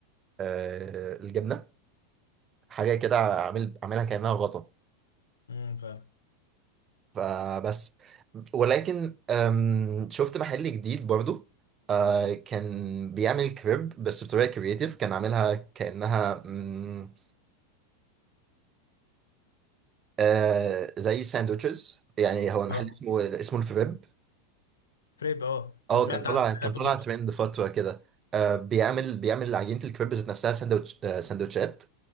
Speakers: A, on the right; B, on the left.
A: آه، الجبنه حاجه كده عامل عاملها كانها غطا
B: امم فاهم
A: فبس ولكن أم، شفت محل جديد برضو آه، كان بيعمل كريب بس بطريقة كرياتيف كان عاملها كأنها مم، آه، زي ساندوتشز يعني هو المحل
B: اه
A: اسمه اسمه الفريب
B: فريب اه انت
A: اه
B: سمعت
A: كان طلع
B: عن
A: كان
B: حياته
A: طلع
B: برضه
A: ترند فترة كده آه، بيعمل بيعمل عجينة الكريب ذات نفسها ساندوتش آه، ساندوتشات